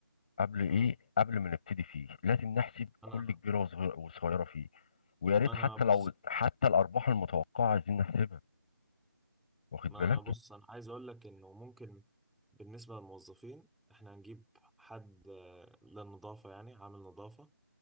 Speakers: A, on the left (about 25°); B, in the centre.
A: قبل إيه
B: مم.
A: قبل ما نبتدي فيه لازم نحسب كل
B: انا
A: كبيرة وصغ- وصغيرة فيه ويا
B: ما
A: ريت
B: انا
A: حتى
B: بص
A: لو حتى الأرباح المتوقعة عايزين نحسبها واخد
B: ما
A: بالك؟
B: انا بص انا عايز اقول لك انه ممكن بالنسبه للموظفين احنا هنجيب حد آه، للنظافه يعني عامل نظافه